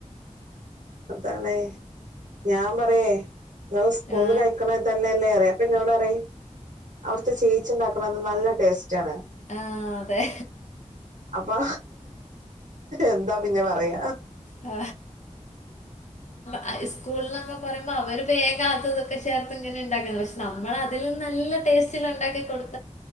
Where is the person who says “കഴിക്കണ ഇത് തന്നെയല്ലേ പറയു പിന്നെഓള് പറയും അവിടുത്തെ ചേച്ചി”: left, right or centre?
Right